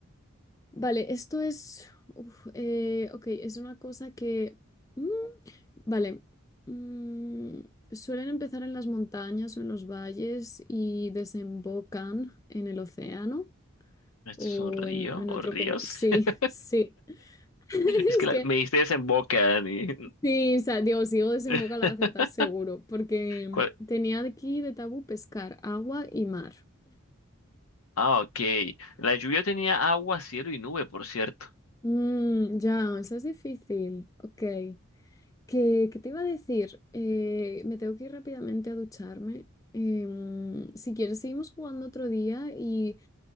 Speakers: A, on the left; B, on the left.
A: vale, esto es, uf, eh, ok, es una cosa que, mm, vale, mm, suelen empezar en las montañas o en los valles y desembocan en el océano
B: ¿Esto
A: o
B: es un río
A: en, en
B: o
A: otro
B: ríos?
A: como, sí,
B: <laughs>
A: <laughs> sí. <laughs>
B: Es que
A: Es
B: la-
A: que
B: me diste desemboque, Dani.
A: Sí, o sea, digo, si digo desemboca
B: <laughs>
A: la va a acertar seguro, porque
B: ¿Cuál?
A: tenía aquí de tabú pescar, agua y mar.
B: Ah, ok. La lluvia tenía agua, cielo y nube, por cierto.
A: Mm, ya, eso es difícil. Ok. ¿Qué, qué te iba a decir? Eh, me tengo que ir rápidamente a ducharme. Em, si quieres, seguimos jugando otro día y